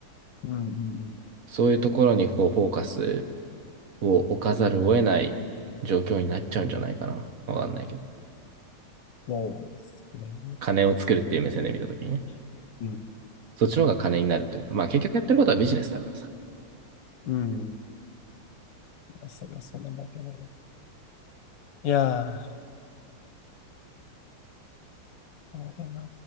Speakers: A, on the left; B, on the right.
A: うん、うん、うん。
B: そういうところにこうフォーカスを置かざるを得ない状況になっちゃうんじゃないかな。わかんないけど。
A: そうですね。
B: 金を作るっていう目線で見たときにね。
A: うん、
B: そっちの方が金になるというか、まあ結局やってることはビジネスだからさ。
A: うん。それはそうなんだけど。いやー、そうだな。